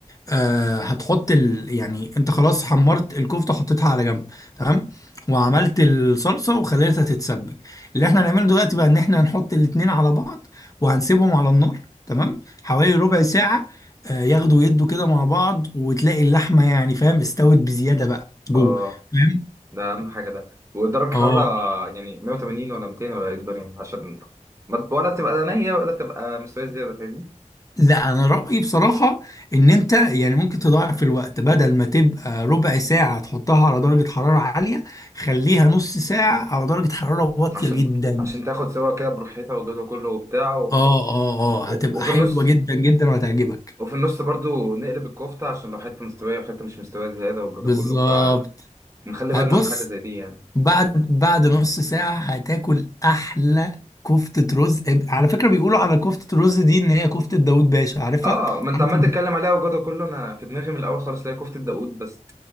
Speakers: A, on the left; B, on the right.
A: آه هتحط ال... يعني انت خلاص حمرت الكفته حطيتها على جنب تمام وعملت الصلصه وخليتها تتسبك اللي احنا هنعمله دلوقتي بقى ان احنا هنحط الاتنين على بعض وهنسيبهم على النار تمام حوالي ربع ساعه آه ياخدوا يدوا كده مع بعض وتلاقي اللحمه يعني فاهم استوت بزياده بقى جوه
B: اه
A: فاهم
B: ده اهم حاجه ده ودرجه
A: اه
B: حراره يعني 180 ولا 200 ولا ايه الدنيا عشان ما- ولا تبقى نيه ولا تبقى مستويه زياده فاهمني
A: لا انا رايي بصراحه ان انت يعني ممكن تضاعف الوقت بدل ما تبقى ربع ساعه تحطها على درجه حراره عاليه خليها نص ساعه على درجه حراره واطيه
B: عشان
A: جدا
B: عشان تاخد سوا كده براحتها والجو ده كله وبتاع
A: اه اه اه هتبقى
B: وفي
A: حلوه
B: النص
A: جدا جدا وهتعجبك
B: وفي النص برضو نقلب الكفتة عشان لو حتة مستوية وحتة مش مستوية زيادة والجو
A: بالظبط
B: ده كله فنخلي
A: هتبص
B: بالنا من حاجة زي دي يعني
A: بعد بعد نص ساعه هتاكل احلى كفته رز على فكره بيقولوا على كفته رز دي ان هي كفته داوود باشا عارفها
B: اه ما انت
A: عارف
B: عمال تتكلم عليها والجو ده كله انا في دماغي من الاول خالص لاقي كفتة داوود بس